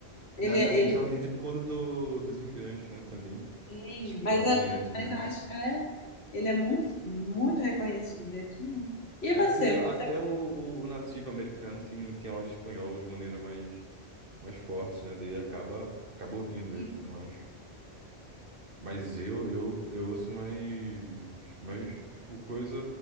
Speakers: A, on the left; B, on the right.
A: Ele,
B: Na, Amé-
A: ele
B: nos Estados Unidos por conta do, dos imigrantes, né? Também.
A: sim,
B: De Espanha
A: mas, é,
B: e tudo
A: mas
B: mais.
A: eu acho que é, ele é muito, muito reconhecido aqui, não. E
B: É
A: você,
B: porque
A: o
B: até
A: que você
B: o, o, o nativo americano tem, tem aula de espanhol de maneira mais, mais forte, né? Daí acaba, acaba ouvindo
A: tem?
B: ele e tudo mais. Mas eu, eu, eu ouço mais, mais, tipo, coisa,